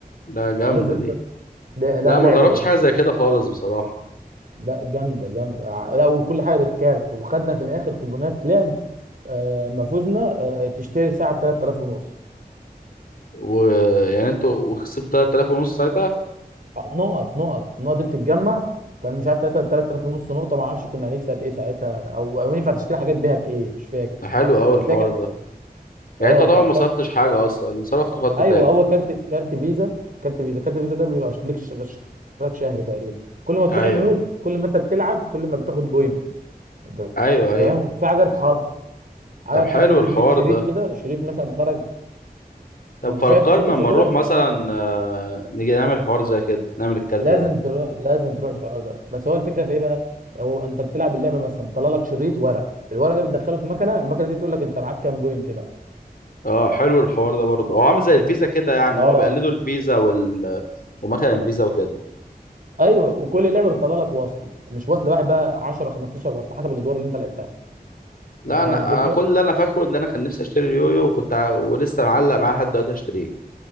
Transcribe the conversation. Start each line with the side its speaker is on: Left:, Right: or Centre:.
Left: لا جامده
Right: تحس انت
Left: دي
Right: ده- لا
Left: لا
Right: لعبه
Left: ما جربتش
Right: كانت
Left: حاجه زي كده خالص بصراحه
Right: لا جامده جامده ع- لا وكل حاجه بالكارت وخدنا في الاخر كوبونات لعب آه، ما فوزنا آه، تشتري ساعه ب 3000 ونص
Left: ويعني انتوا وكسبت 3000 ونص ساعتها
Right: آه، نقط نقط النقط دي بتتجمع كان مش عارف 3000 ونص نقطه ما اعرفش كنا هنكسب ايه ساعتها او او ينفع تشتري حاجات بيها بايه مش فاكر
Left: حلو قوي الحوار
Right: بس هي كانت
Left: ده يعني
Right: اه
Left: انت طبعا
Right: كانت
Left: ما صرفتش حاجه اصلا اللي صرفته خدته
Right: ايوه
Left: تاني
Right: هو كارت كارت فيزا كارت فيزا كارت فيزا ده بيبقى ليك ش- اشتراك شهري تقريبا كل ما تروح
Left: ايوه
Right: المول كل ما انت بتلعب كل ما بتاخد بوينت انت
Left: ايوه ايوه
Right: فاهم في عجله حظ عجله
Left: طب حلو
Right: حظ دي بتديك
Left: الحوار
Right: شريط
Left: ده
Right: كده شريط مثلا خرج
Left: طب
Right: ما
Left: فكرنا
Right: انت شايف شفت الفاتوره
Left: اما نروح مثلا آه، نيجي نعمل حوار زي كده نعمل الكارت
Right: لازم
Left: ده
Right: تروح لازم تروح الحوار ده بس هو الفكره في ايه بقى هو انت بتلعب اللعبه مثلا طلع لك شريط ورق الورق ده بتدخله في مكنه المكنه دي تقول لك انت معاك كام بوينت بقى
Left: اه حلو الحوار ده برضه هو عامل زي الفيزا كده يعني
Right: اه
Left: هما بيقلدوا الفيزا وال ومكان الفيزا وكده
Right: ايوه وكل لعبه بتطلع لك وصل مش وصل واحد بقى 10 15 وصل حسب الادوار اللي انت لعبتها
Left: لا
Right: انت فاهم
Left: انا
Right: الفكره
Left: أنا كل اللي انا فاكره اللي انا كان نفسي اشتري اليويو وكنت ع- ولسه معلق معاه لحد دلوقتي اشتريه